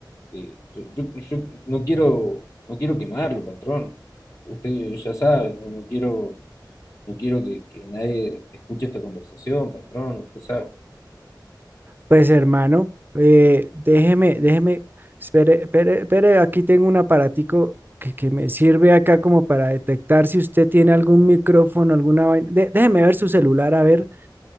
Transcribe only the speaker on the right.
Pues hermano, eh, déjeme, déjeme, espere, espere, espere, aquí tengo un aparatico que, que me sirve acá como para detectar si usted tiene algún micrófono, alguna vaina. De- déjeme ver su celular, a ver,